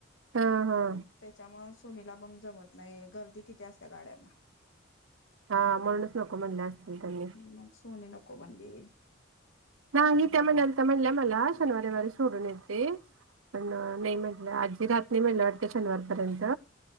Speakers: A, on the right (about 85°); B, on the left (about 70°).
A: हा हा
B: म त्यांच्यामुळ सोनीला पण जमत नाही गर्दी किती असते गाड्यांना
A: हा म्हणूनच नको म्हणले असतील त्यांनी
B: मग सोनिला <inaudible>
A: नाही ही त्या म्हणालत्या तर म्हणल्या मला शनिवारी रविवारी सोडून येते. पण नाही म्हटलं आजी राहत नाही म्हटलं म्हण शनिवार पर्यंत